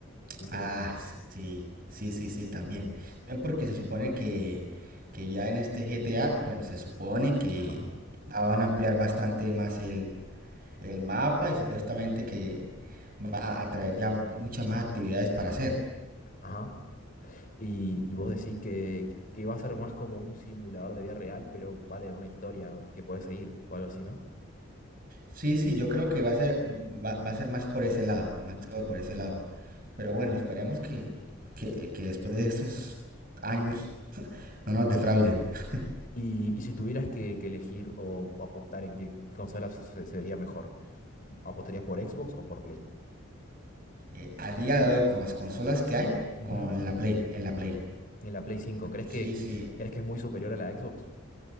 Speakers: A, on the left; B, on the right.
A: No sé
B: Ah,
A: qué opinas vos.
B: sí, sí, sí, sí, también. También porque se supone que, que ya en este GTA, bueno, se supone que
A: Ajá,
B: ya van a ampliar bastante más el, el mapa y supuestamente que va a traer ya muchas más actividades para hacer.
A: ajá. Y, y vos decís que, que va a ser más como un simulador de vida real, pero va a tener una historia don- que puedes seguir o algo así, ¿no?
B: Sí, sí, yo creo que va a ser, va, va a ser más por ese lado, más que todo por ese lado. Pero bueno, esperemos que, que, que después de estos años no nos defrauden. <laughs>
A: Y, y si tuvieras que, que elegir o, o apostar en qué en qué consola se, se vería mejor, ¿apostarías por Xbox o por Play?
B: Eh, a día de hoy, con las consolas que hay,
A: Ujú.
B: con la Play, en la Play.
A: En la Play 5, ¿crees
B: Sí,
A: que,
B: sí.
A: crees que es muy superior a la Xbox?